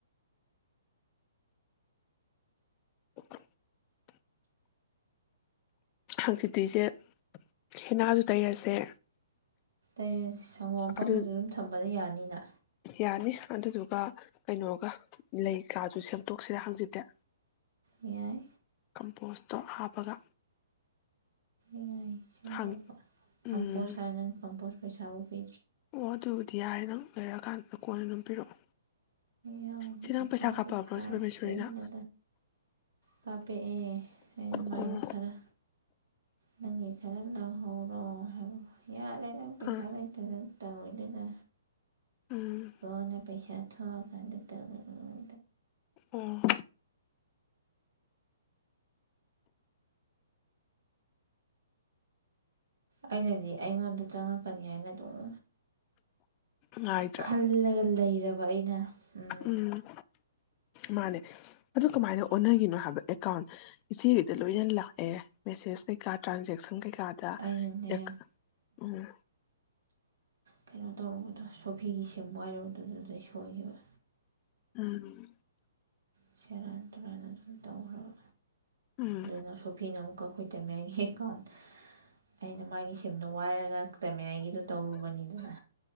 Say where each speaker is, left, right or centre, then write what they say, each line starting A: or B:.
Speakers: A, on the left; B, on the right.
A: <inaudible> ꯍꯪꯆꯤꯠꯇꯤꯤꯁꯦ ꯍꯦꯅꯥꯖ ꯇꯩꯔꯁꯦ
B: ꯑ ꯁꯪꯒꯣꯝ ꯑꯐꯝꯝꯕꯗꯨ
A: ꯑꯗꯨ
B: ꯑꯗꯨꯝ ꯊꯝꯕꯅ ꯌꯥꯅꯤ ꯑꯅꯤꯅ
A: ꯌꯥꯅꯤ ꯑꯗꯨꯗꯨꯒ ꯀꯩꯅꯣꯒ ꯂꯩ ꯀꯥꯗꯨ ꯁꯦꯝꯗꯣꯛꯁꯤꯔꯦ ꯍꯪꯖꯗꯦ
B: ꯑꯦꯌꯥꯏ
A: ꯀꯝꯄꯣꯁꯇꯣ ꯍꯥꯞꯄꯒ
B: ꯉꯥꯏ ꯁꯦꯝꯗꯣꯛꯄ
A: ꯍꯪ ꯎꯝ
B: ꯀꯝꯄꯣꯁ ꯍꯥꯏꯔ ꯅꯪ ꯀꯝꯄꯣꯁ ꯄꯩꯁꯥꯕꯨ ꯄꯤ
A: ꯑꯣ ꯑꯗꯨꯕꯨꯗꯤ ꯌꯥꯔꯦ ꯅꯪ ꯂꯩꯔꯛꯑꯀꯥꯟꯗ ꯀꯣꯟꯜ ꯑꯗꯨꯝ ꯄꯤꯔꯛꯑꯣ
B: ꯌꯥꯕ
A: ꯆꯦ ꯅꯪ
B: ꯑꯦꯀꯥꯎꯒꯤ
A: ꯄꯩꯁꯥ ꯀꯥꯞꯄꯛꯑꯕ꯭ꯔꯣ
B: ꯀꯥꯞꯁꯤꯗ
A: ꯁꯤ ꯄꯔꯃꯦꯁꯣꯔꯤꯅ
B: ꯀꯥꯞꯄꯑꯦ ꯑꯩꯅ ꯃꯥꯒꯤ
A: ꯑꯣ
B: ꯈꯔ ꯅꯪꯒꯤ ꯈꯔ ꯍꯔꯣ ꯍꯥꯏꯕ ꯍ ꯑꯗꯨꯔꯪ ꯄꯩꯁꯥ
A: ꯑꯥ
B: ꯂꯩꯇꯅ ꯇ ꯑꯣꯏꯗꯨꯗ
A: ꯎꯝ
B: ꯀꯅ ꯄꯩꯁꯥꯗ ꯊꯧꯀꯥꯟ ꯂꯤ ꯇꯔ ꯃꯤꯦ
A: ꯑꯣ
B: ꯑꯩꯅꯗꯤ ꯑꯩꯉꯣꯟꯗ ꯆꯪꯉꯛꯄꯅꯤ ꯍꯥꯏꯅ ꯑꯗꯨꯝ
A: ꯉꯥꯏꯗ꯭ꯔꯥ
B: ꯈꯜꯂꯒ ꯂꯩꯔꯕ ꯑꯩꯅ ꯎ
A: ꯎꯝ ꯃꯥꯅꯦ ꯑꯗꯨ ꯀꯃꯥꯏꯅ ꯑꯣꯟꯅꯈꯤꯅꯣ ꯍꯥꯏꯕ ꯑꯦꯀꯥꯎꯟ ꯏꯆꯦꯒꯤꯗ ꯂꯣꯏꯅ ꯂꯥꯛꯑꯦ ꯃꯦꯁꯦꯁ ꯀꯩꯀꯥ ꯇ꯭ꯔꯥꯟꯖꯦꯛꯁꯟ ꯀꯩꯀꯥ ꯌꯥꯥꯗꯥ
B: ꯑꯩꯅꯅꯦ
A: ꯏ ꯎꯝ
B: ꯀꯩꯅꯣ ꯇꯧꯔꯨꯕꯗꯣ ꯁꯣꯐꯤꯒꯤ ꯁꯤꯝ ꯋꯥꯏꯔꯨꯕꯗꯨꯗꯨꯗꯩ ꯁꯣꯏꯈꯤꯕ
A: ꯎꯝ
B: ꯁꯔꯥ ꯑꯗꯨꯃꯥꯏꯅ ꯑꯗꯨꯅ ꯇꯧꯈ꯭ꯔꯕ
A: ꯎꯝ
B: ꯑꯗꯨꯅ ꯁꯣꯐꯤꯅ ꯑꯃꯨꯛꯀ ꯑꯩꯈꯣꯏ ꯇꯃꯦꯌꯥꯏꯒꯤ ꯑꯦꯀꯥꯎꯟ ꯑꯩꯅ ꯃꯥꯒꯤ ꯁꯤꯝꯗꯣ ꯋꯥꯏꯔꯒ ꯇꯃꯦꯌꯥꯏꯒꯤꯗꯣ ꯇꯧꯔꯨꯕꯅꯤꯗꯅ